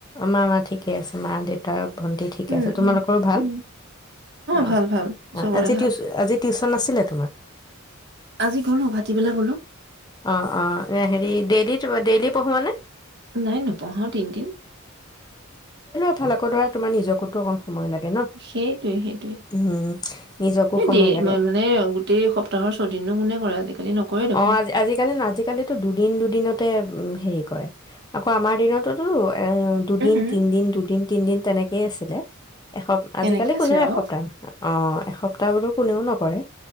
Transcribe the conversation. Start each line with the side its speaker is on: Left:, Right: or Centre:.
Left: মা মা ঠিকে আছে মা দেউতাৰ ভণ্টি ঠিকে
Right: উম
Left: আছে। তোমালোকৰ
Right: উম
Left: ভাল?
Right: উম
Left: অ
Right: ভাল ভাল
Left: অ
Right: চবৰে
Left: আজি
Right: ভাল
Left: টিউছন - আজি টিউছন আাছিলে তোমাৰ?
Right: আজি গ'লো ভাটিবেলা গ'লো
Left: অ অ হেৰি ডেইলি ডেইলি পঢ়ুৱা নে?
Right: নাই নপঢ়াও তিনদিন।
Left: কাল আকৌ ধৰা তোমাৰ নিজকতো অকণ সময় লাগে ন
Right: সেইটোৱে - সেইটোৱে।
Left: উম নিজকো
Right: এই
Left: সময়
Right: দেই
Left: লাগে
Right: মানে গোটেই সপ্তাহৰ ছদিন নো কোনে কৰে আজিকালি নকৰে। দেখোন
Left: অ আজি আজিকালি না আজিকালিতো দুদিন দুদিন দিনতে হেৰি কয় আকৌ আমাৰ দিনতোতু দুদিন,
Right: উহু,
Left: তিনিদিন, দুদিন, তিনিদিন। তেনেকেই আছিলে। এসপ্তাহ
Right: কেনেকে
Left: আজিকালি
Right: আছিলে
Left: কোনেও
Right: বাৰু
Left: এসপ্তাহ ন অ এসপ্তাহ বুলি কোনেও নকৰে।